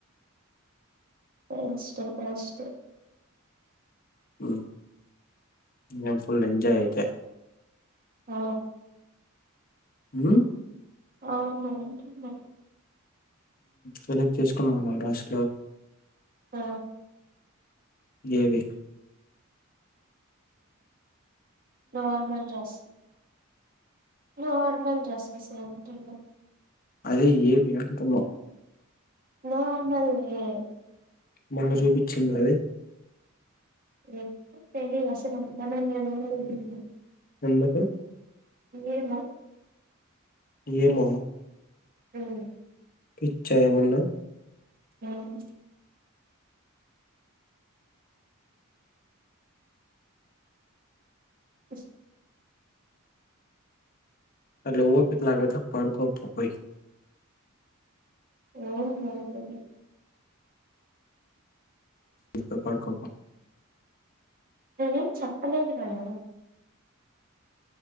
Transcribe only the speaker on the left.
హోం ఏం ఫుల్ ఎంజాయ్ అయితే
మ్మ్
సెలెక్ట్ చేసుకున్నాం మరి డ్రెస్
ఏవి
అదే ఏవి అంటున్న
మొన్న చూపించింద అది
ఎందుకు
ఏమో
పిచ్చా ఏమన్నా
అట్లా ఓపిక లేకపోతే పడుకో పోయి
ఓకే పడుకో పో